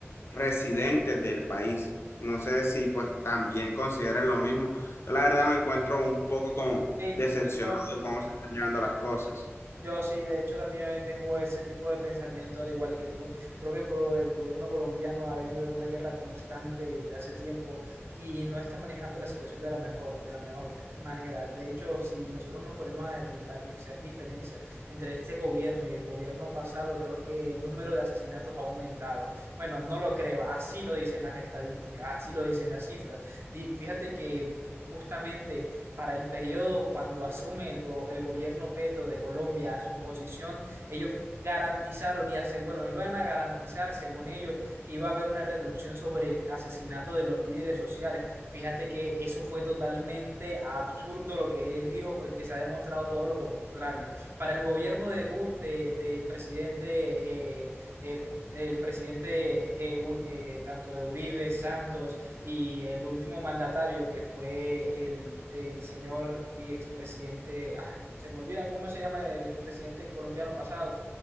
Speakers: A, on the left; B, on the right.
A: residentes del país. No sé si pues también consideren lo mismo. Yo la verdad me encuentro un poco como
B: Sí,
A: decepcionado
B: de hecho,
A: de cómo se están llevando las cosas.
B: Yo sí, de hecho también tengo ese tipo de pensamiento, al igual que tú. Creo que el, co- el gobierno colombiano ha venido en una guerra constante desde hace tiempo y no está manejando la situación de la mejor, de la mejor manera. De hecho, si nosotros nos ponemos a, di- a di- hacer diferencia entre este gobierno y el gobierno pasado, creo que el número de asesinatos ha aumentado. Bueno, no lo creo, así lo dicen las estadísticas, así lo dicen las cifras. Di- fíjate que... Justamente para el periodo cuando asume el, go- el gobierno Petro de Colombia a su posición, ellos garantizaron y hace, bueno, iban a garantizar, según ellos, que iba a haber una reducción sobre el asesinato de los líderes sociales. Fíjate que eso fue totalmente absurdo lo que él dijo porque se ha demostrado todo lo contrario. Para el gobierno de Gut, de- del presidente eh, eh, el presidente eh, eh, tanto de Uribe, Santos y el último mandatario que fue el, el señor y expresidente, ay, se me olvida cómo se llama el expresidente colombiano pasado,